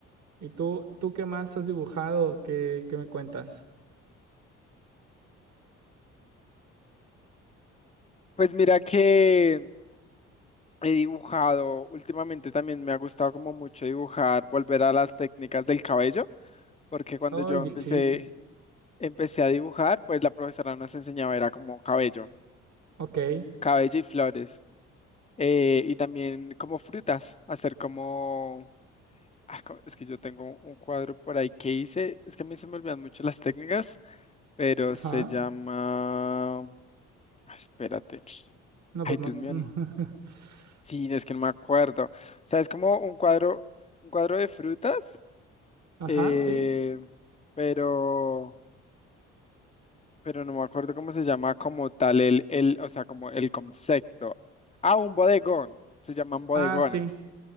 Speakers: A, on the right; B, on the left.
A: ¿Y tú, tú qué más has dibujado? ¿Qué, qué me cuentas?
B: Pues mira que he dibujado, últimamente también me ha gustado como mucho dibujar, volver a las técnicas del cabello, porque cuando
A: Ay,
B: yo
A: difícil.
B: empecé, empecé a dibujar, pues la profesora nos enseñaba era como cabello,
A: Ok.
B: cabello y flores, eh, y también como frutas, hacer como... ah, co- Es que yo tengo un cuadro por ahí que hice, es que a mí se me olvidan mucho las técnicas pero
A: Ajá.
B: se llama... ah, Espérate.
A: No,
B: Ay,
A: pues no.
B: Dios
A: s-
B: mío.
A: <laughs>
B: no- Sí, es que no me acuerdo. O sea, es como un cuadro, un cuadro de frutas,
A: Ajá,
B: eh,
A: sí.
B: pero, pero no me acuerdo cómo se llama como tal el, el, o sea, como el concepto. Ah, un bodegón. Se llaman bodegones.
A: Ah, sí.